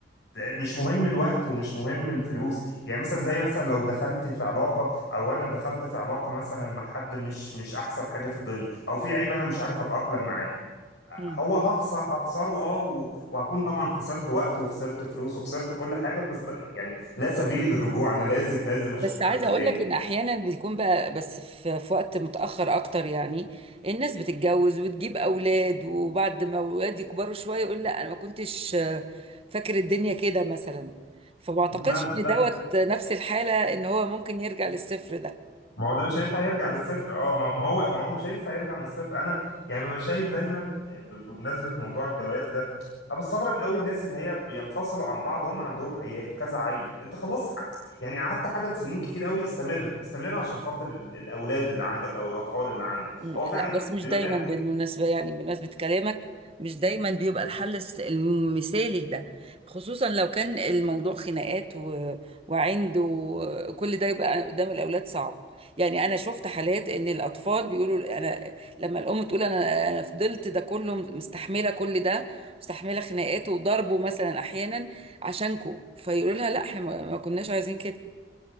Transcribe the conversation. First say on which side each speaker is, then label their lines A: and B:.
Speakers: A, on the left; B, on the right.
A: ت- مش مهم الوقت ومش مهم الفلوس يعني مثلا زي مثلا لو دخلت في علاقة او انا دخلت في علاقة مثلا مع حد مش مش احسن حاجة في الدنيا او في عيب انا مش عارف اتأقلم معاه
B: مم.
A: هو هخسر هخسره اه و- وهكون طبعا خسرت وقت وخسرت فلوس وخسرت كل حاجه بس ده يعني لا سبيل للرجوع انا لازم لازم اشوف
B: بس
A: حد
B: عايزة اقول
A: تاني
B: لك ان احيانا بيكون بقى بس في, في وقت متأخر اكتر يعني الناس بتتجوز وتجيب اولاد وبعد ما اولاد يكبروا شوية يقول لا انا ما كنتش آه، فاكر الدنيا كده مثلا فما اعتقدش
A: ما ب-
B: ان دوت نفس الحالة ان هو ممكن يرجع للصفر ده
A: ما هو ده مش هينفع يرجع للصفر اه ما ما هو ما هو مش هينفع يرجع من الصفر انا يعني ببقى شايف دايما يعني ب- بمناسبه موضوع الجواز ده انا بستغرب قوي الناس اللي هي بينفصلوا عن بعض هم عندهم عيال كذا عيل انت خلاص يعني قعدت عدد سنين كتير قوي استمر بقى استمر عشان خاطر ال- الاولاد اللي عندك او الاطفال اللي عندك
B: مم.
A: هو فعلا
B: لا بس مش
A: بيبقى
B: دايما
A: في حاجات
B: بالمناسبة يعني بمناسبة كلامك مش دايما بيبقى الحل الس- المثالي ده خصوصا لو كان الموضوع خناقات و... وعند وكل ده يبقى قدام الأولاد صعب يعني أنا شفت حالات إن الأطفال بيقولوا أنا لما الأم تقول أنا أنا فضلت ده كله مستحملة كل ده مستحملة خناقات وضربه مثلا أحيانا عشانكو فيقولوا لها لا إحنا ما ما كناش عايزين كده